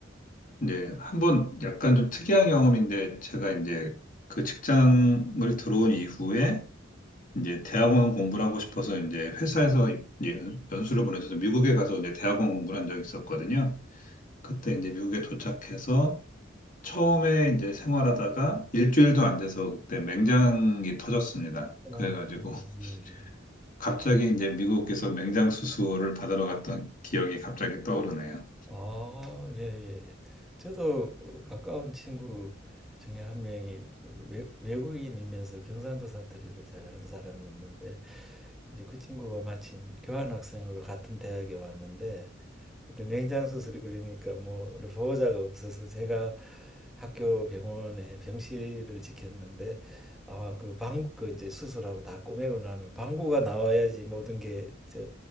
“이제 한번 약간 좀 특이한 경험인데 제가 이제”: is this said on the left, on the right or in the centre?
Left